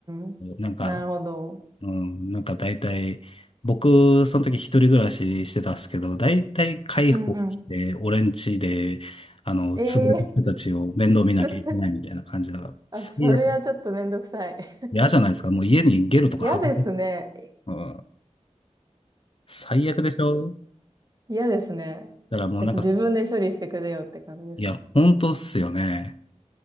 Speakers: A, on the right; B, on the left.
A: ん。
B: なんか、
A: なるほど。
B: うん、なんか大体、僕、その時一人暮らししてたんですけど、大体介抱して、
A: うんうん。
B: 俺ん家で、あの、
A: ええ
B: 潰れた人たちを面倒見なきゃいけないみたいな感じだから、
A: <laughs> あ、
B: 最悪。
A: それはちょっとめんどくさい。<laughs>
B: 嫌じゃないですか。もう家にゲロとか吐く。
A: 嫌ですね。
B: うん、最悪でしょ
A: 嫌ですね。
B: だからもうなんか、
A: です自分で処理してくれよって感じですね。
B: いや、本当っすよね。